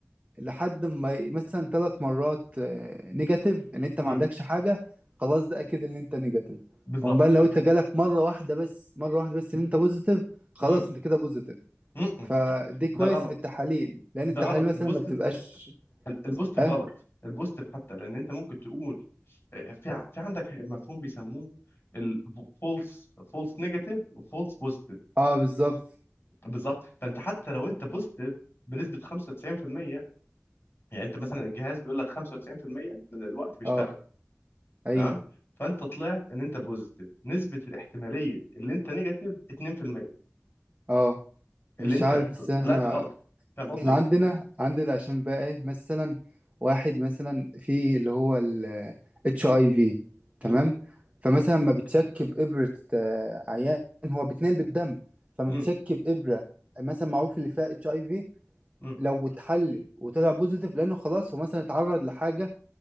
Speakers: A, on the right; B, on the left.
A: لحد ما ي- مثلا ثلاث مرات آه، نيجاتيف ان انت
B: مم.
A: ما عندكش حاجه خلاص ده اكيد ان انت نيجاتيف
B: بالظبط
A: امال لو انت جالك مره واحده بس مره واحده بس ان انت بوزيتيف خلاص
B: مم.
A: انت كده بوزيتيف
B: مم. مم.
A: فدي كويسه
B: ده غلط
A: في التحاليل لان التحاليل
B: ده غلط
A: مثلا
B: البوستيف
A: ما بتبقاش
B: البوستيف
A: اه
B: غلط البوستيف حتى لان انت ممكن تقول في ع- في عندك مفهوم بيسموه الفولس فولس نيجاتيف وفولس بوزيتيف
A: اه بالظبط
B: بالظبط فانت حتى لو انت بوزيتيف بنسبه 95% يعني انت مثلا الجهاز بيقول لك 95% من الوقت بيشتغل
A: اه اي
B: تمام فانت طلعت ان انت بوزيتيف نسبه الاحتماليه اللي انت نيجاتيف 2%
A: اه
B: اللي
A: مش
B: انت
A: عارف بس
B: ط-
A: احنا
B: طلعت غلط فاهم قصدي؟
A: احنا عندنا عندنا عشان بقى ايه مثلا واحد مثلا في اللي هو ال اتش اي في
B: مم.
A: تمام فمثلا ما بتشك بإبرة آه، عيان هو بيتنقل بالدم فما
B: مم.
A: بتشك بإبرة مثلا معروف اللي فيها اتش اي في
B: مم.
A: لو اتحلل وطلع بوزيتيف لانه خلاص هو مثلا اتعرض لحاجة